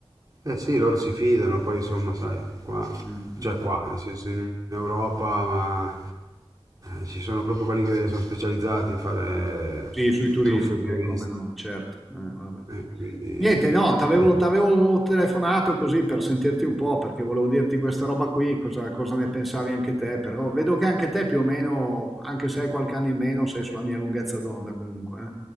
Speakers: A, on the right; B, in the centre.
A: eh sì, loro si fidano, poi insomma, sai, qua,
B: Eh, eh.
A: cioè qua, nel senso in Europa, ma eh, ci sono proprio quelli che sono specializzati in fare
B: Sì, sui turisti,
A: truffe ai turisti.
B: eh, come no, certo. Eh, vabbè.
A: Eh, quindi...
B: Niente, no, t'avevo,
A: Eh.
B: t'avevo telefonato così per sentirti un po', perché volevo dirti questa roba qui, cosa, cosa ne pensavi anche te, però vedo che anche te più o meno, anche se hai qualche anno in meno, sei sulla mia lunghezza d'onda comunque.